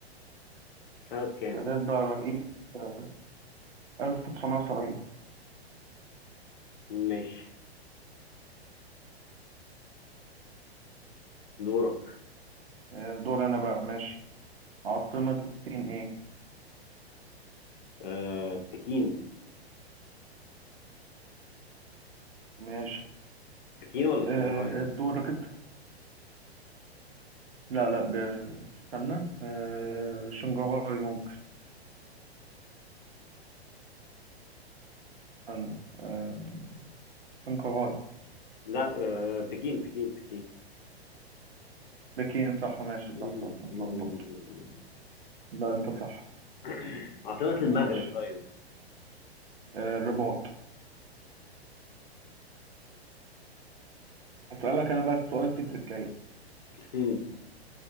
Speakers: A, on the left; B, on the right.
A: سنة كام؟
B: سادات بقى رئيس آه، 1970
A: ماشي دورك
B: آه، دور أنا بقى ماشي عاصمة الصين إيه
A: آه بكين
B: ماشي
A: بكين ولا شنغهاي
B: آه، دور كده لا لا ب... استنى آه، شنغهاي ممكن استنى آه، شنغهاي
A: لا آه بكين بكين بكين
B: بكين صح ماشي
A: مم،
B: صح صح اتلخبط
A: مم، مم.
B: لا انت صح
A: <clears throat> عاصمة
B: ماشي
A: المغرب طيب
B: آه، الرباط اسألك انا بقى سؤال فيه تركية
A: مم.